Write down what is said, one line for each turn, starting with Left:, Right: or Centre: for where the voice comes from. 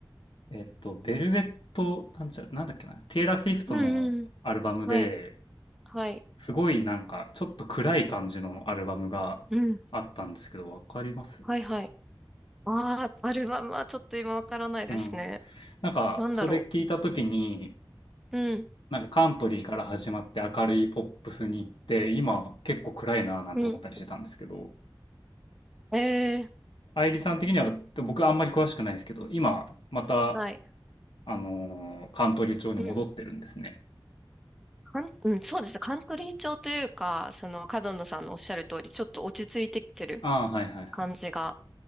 Left: えっと、ベルベット、なんちゃ、なんだっけな、テイラー・スウィフトのアルバムで、
Centre: うんうん。はい。はい。
Left: すごいなんかちょっと暗い感じのアルバムがあったんですけど、
Centre: うん。
Left: わかります
Centre: はいはい。ああ、アルバムはちょっと今わからないですね。
Left: うん。なんかそれ聞いた時に、
Centre: なんだろう。うん。
Left: なんかカントリーから始まって明るいポップスに行って、今結構暗いなぁなんて思ったりしてたんですけど、
Centre: うん。ええ
Left: 愛理さん的には、僕あんまり詳しくないですけど、今また、
Centre: はい。
Left: あのーカントリー調に戻ってるんですね。
Centre: うん。カン、うん、そうですね。カントリー調というか、その、角野さんのおっしゃる通り、ちょっと落ち着いてきてる
Left: ああ、はいはいはい。
Centre: 感じが、